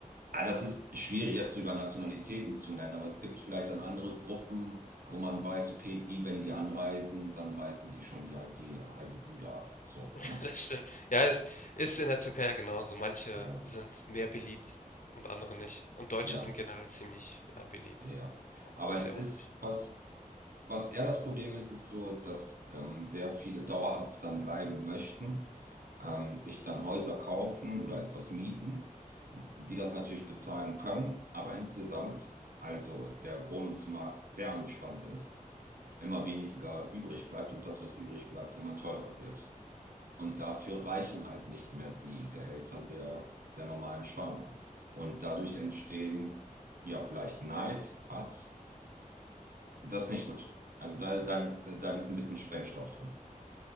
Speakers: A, on the right (about 80°); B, on the left (about 65°).
A: Ah, das ist schwierig jetzt über Nationalitäten zu nennen, aber es gibt vielleicht dann andere Gruppen, wo man weiß, okay, die, wenn die anreisen, dann reißen die schon die, die halbe Bude ab. So,
B: <laughs>
A: ne?
B: Das stimmt. Ja, es ist in der Türkei ja genauso. Manche
A: Ja,
B: sind mehr beliebt und andere nicht. Und Deutsche
A: ja,
B: sind generell ziemlich, ja, beliebt.
A: ja.
B: Ja,
A: Aber
B: Sind
A: es
B: sehr
A: ist,
B: ordentlich.
A: was, was eher das Problem ist, ist so, dass ähm, sehr viele dauerhaft dann bleiben möchten, ähm, sich dann Häuser kaufen oder etwas mieten, die das natürlich bezahlen können, aber insgesamt, also der Wohnungsmarkt sehr angespannt ist immer weniger übrig bleibt und das, was übrig bleibt, immer teurer wird. Und dafür reichen halt nicht mehr die Gehälter der, der normalen Spanier. Und dadurch entstehen ja vielleicht Neid, Hass. Das ist nicht gut. Also da, da liegt, da liegt ein bisschen Sprengstoff drin.